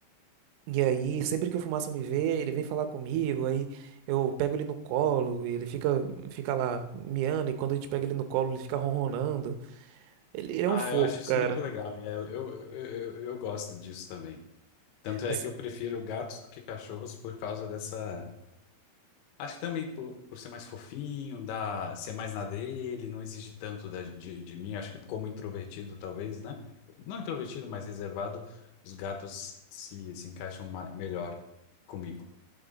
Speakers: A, on the right; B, on the left.
A: E aí, sempre que o fumaça me vê, ele vem falar comigo. Aí eu pego ele no colo e ele fica, fica lá miando. E quando a gente pega ele no colo, ele fica ronronando. Ele é
B: Ah,
A: um fofo,
B: eu acho isso
A: cara.
B: muito legal. É, Eu, eu, eu, eu gosto disso também. Tanto é
A: Mas
B: que eu prefiro gatos do que cachorros por causa dessa. Acho que também por, por ser mais fofinho, dá, ser mais na dele, não exige tanto da- de, de mim. Acho que como introvertido, talvez, né? Não introvertido, mas reservado, os gatos se, se encaixam ma- melhor comigo.